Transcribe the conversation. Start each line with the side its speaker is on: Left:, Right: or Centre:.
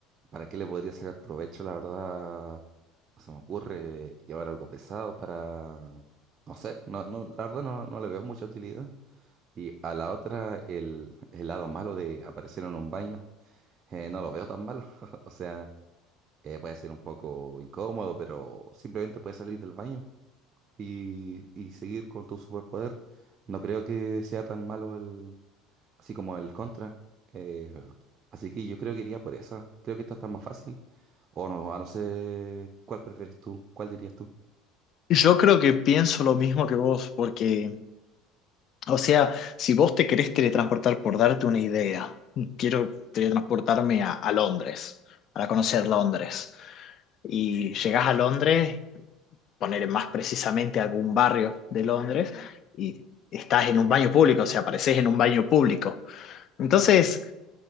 Right: para qué le podría sacar provecho, la verdad, no se me ocurre llevar algo pesado para, no sé, no, no, la verdad no, no le veo mucha utilidad. Y a la otra, el, el lado malo de aparecer en un baño, eh, no lo veo tan malo. <laughs> O sea, Eh, puede ser un poco incómodo, pero simplemente puedes salir del baño y, y seguir con tu superpoder. No creo que sea tan malo el, así como el contra. Eh, así que yo creo que iría por esa. Creo que esta está más fácil. O no, a no sé cuál preferís tú, cuál dirías tú.
Left: Yo creo que pienso lo mismo que vos, porque, o sea, si vos te querés teletransportar, por darte una idea, quiero teletransportarme a, a Londres, para conocer Londres. y llegás a Londres, poner más precisamente algún barrio de Londres, y estás en un baño público, o sea, apareces en un baño público. Entonces,